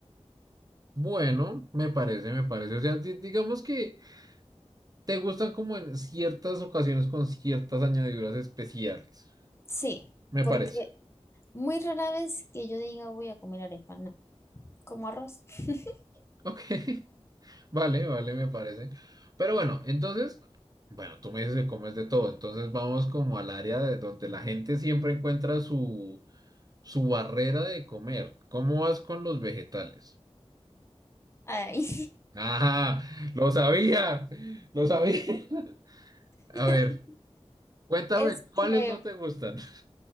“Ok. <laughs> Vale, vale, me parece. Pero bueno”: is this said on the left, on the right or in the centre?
Right